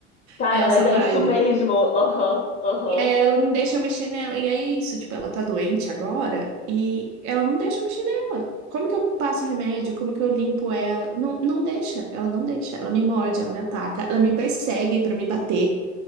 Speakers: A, on the left; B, on the right.
A: Cara,
B: É essa
A: mas é
B: vibe.
A: isso mesmo. Aham, aham.
B: E aí ela não deixa eu mexer nela. E aí é isso, tipo, ela tá doente agora e ela não deixa eu mexer nela. Como que eu passo remédio? Como que eu limpo ela? Não, não deixa, ela não deixa. Ela me morde, ela me ataca, ela me persegue pra me bater.